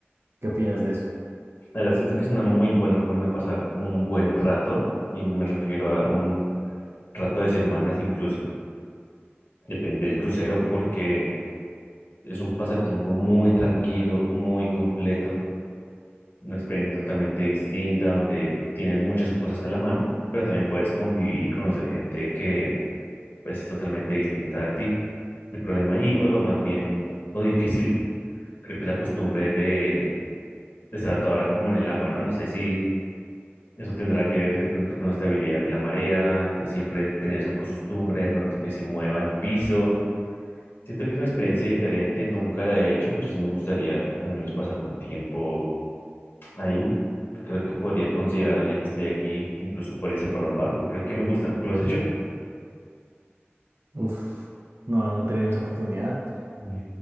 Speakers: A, on the right; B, on the left.
A: ¿Qué opinas de eso?
B: la verdad siento que es una muy buena forma de pasar un buen rato, y me refiero a un rato de semanas incluso, depende del crucero, porque es un pasatiempo muy tranquilo, muy completo una experiencia totalmente distinta, donde tienes muchas cosas a la mano, pero también puedes convivir y conocer gente que pues es totalmente distinta a ti. El problema ahí, o lo más bien lo difícil, creo que es la costumbre de, de estar a toda hora como en el agua, ¿no? No sé si eso tendrá que ver de pronto con la estabilidad de la marea, de siempre tener esa costumbre de pronto que se mueva el piso. Siento que es una experiencia diferente, nunca la he hecho, pero sí me gustaría al menos pasar un tiempo Ahí creo que podría considerarlo ya que estoy aquí, incluso podría ser para un barco, creo que me gusta. ¿Tú lo has hecho?
A: Uf, no, no he tenido esa oportunidad.
B: Mm.